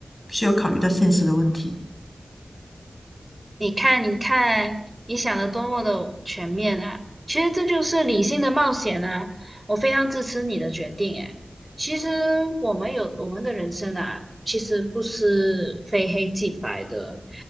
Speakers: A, on the left (about 20°); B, on the right (about 25°).
A: 需要考虑到现实的问题。
B: 你看，你看，你想的多么的全面啊！其实这就是理性的冒险啊！我非常支持你的决定。哎，其实我们有我们的人生啊，其实不是非黑即白的，